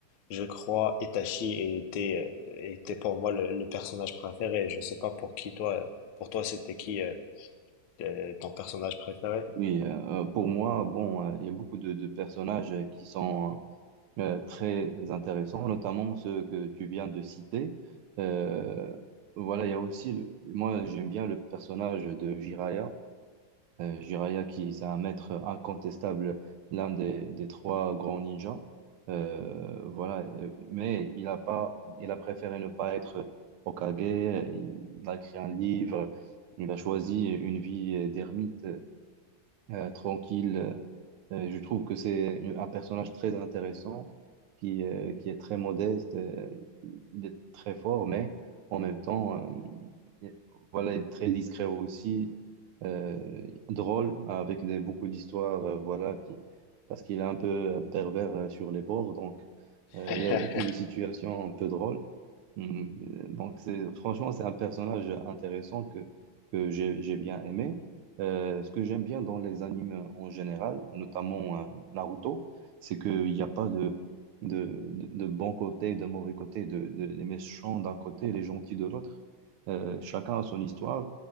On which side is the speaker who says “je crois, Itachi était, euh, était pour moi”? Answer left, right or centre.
Left